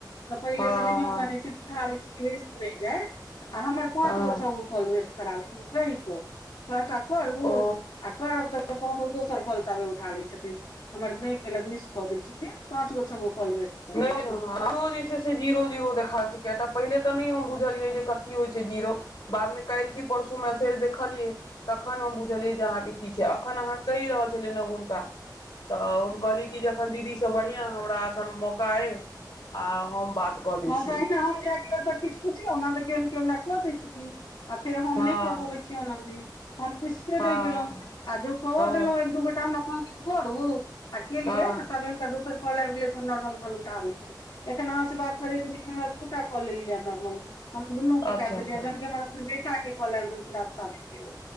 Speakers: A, on the left; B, on the left.
A: तऽ पहिले
B: हँ हँ
A: स नहियो
B: हँ
A: कहने छी त, उठा ल छी मिस नहि जाय आ हमर पाँच
B: हँ
A: गो छ गो काॅल वेस्ट करा देलेन, कहय क कहता करू
B: ओ
A: आ करब तऽ त तहन ओ, दोसर काॅल ताबे उठा लै छथिन, हमर नहि केलत मिस कऽ दै छथिन। पाँच गो छ गो काॅल वेस्ट कऽ
B: नहीं
A: देलखिन
B: <unintelligible> जीरो जीरो देखा द छै केटा, पहिले तऽ नहि हम बुझलियै, जे कथी होइ छै जीरो। बादमे कालि की परसू मैसेज
A: हमर
B: देखलियै तखन हम बुझलियै, जे अहाँके की छै, अखन अहाँ कहि रहल छलियै ने हुनका तऽ कहलीय कि जे, एखन दीदी स बढ़िया हमरा एखन मौका अय, आ हम बात कऽ लै
A: हँ
B: छी
A: त अहिना हम जेह की ओय पर किछ पुछलो न त कियो न कियो हमरा क दै छथिन, आ फेर हम
B: हँ
A: नहि कऽ पबै छीय ओना भी। हम पुछते
B: हँ
A: रहि गेलहुँ, आ ज कओ
B: ओ
A: देलहुँ एक दू गोटा हमरा फोन केलन करू आ केलिय
B: हँ
A: तऽ ताबे हुनका दोसर काॅल आबि गेलै, त नॉर्मल काॅल उठा लेल कय, एखन अहाँ से बात दु टा काॅल ऐलिय ये नोर्मल हम दुनू
B: अच्छा
A: के काट
B: अच्छा
A: देलियै, जहन की हमर अपन बेटा के कॉल ऐब रहल छले, रास्ता में छय ओ।